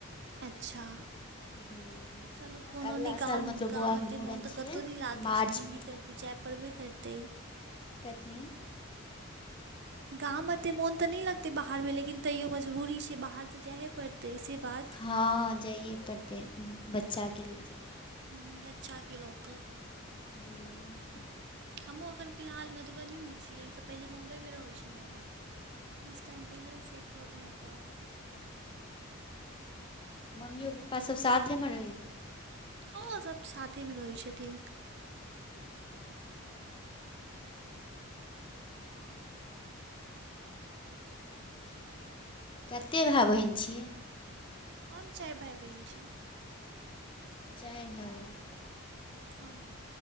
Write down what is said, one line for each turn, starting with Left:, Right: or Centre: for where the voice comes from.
Right: अच्छा।
Left: हूँ
Right: चलु कोनो
Left: अगिला
Right: नै
Left: साल
Right: गाम,
Left: मतलब
Right: गाम
Left: बौआके
Right: एते
Left: मूड़न
Right: मोन तऽ
Left: छियै
Right: कतौ नै लागै
Left: मार्चमे
Right: छै लेकिन की कर बे जाय पड़बे करतै।
Left: कथी?
Right: गाम एते मोन तऽ नै लगते बाहर मे, लेकिन तैयो मजबूरी छै बाहर तऽ जाएहे पड़तै से बात।
Left: हां जाइये पड़तै, बच्चा के लिए जाय
Right: हुं बच्चा के लऽ कऽ।
Left: हुं।
Right: हमु अखन फिलहाल मधुबनी मे छियै, ए से पहले मुम्बय मे रहै छलौ आए। किछ टाइम पहिले सेट भऽ गेलौ एतऽ।
Left: मम्मियो, पप्पा सब साथेमे रहैया।
Right: हां सब साथे मे रहै छथिन।
Left: कते भाय-बहिन छियै?
Right: हम चाएर भाय-बहिन छी।
Left: चाएर भाय-बहिन।
Right: हां-हां।